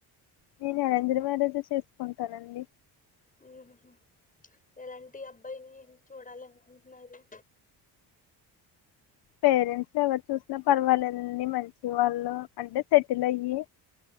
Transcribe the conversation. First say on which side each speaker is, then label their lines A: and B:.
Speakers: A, on the left; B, on the left.
A: నేను అరేంజ్డ్ మ్యారేజ్ చేసుకుంటానండి
B: ఉహు ఎలాంటి అబ్బాయిని, మీరు చూడాలనుకుంటున్నారు
A: పేరెంట్స్ ఎవరు చూసినా పర్వాలేదండి మంచి వాళ్ళు అంటే సెటిల్ అయ్యి,